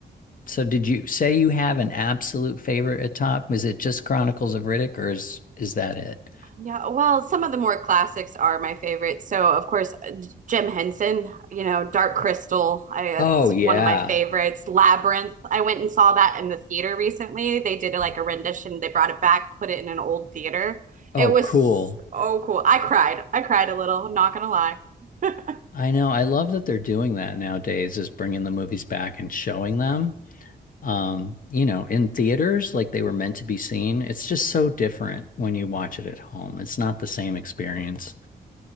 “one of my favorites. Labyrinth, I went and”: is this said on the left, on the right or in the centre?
Right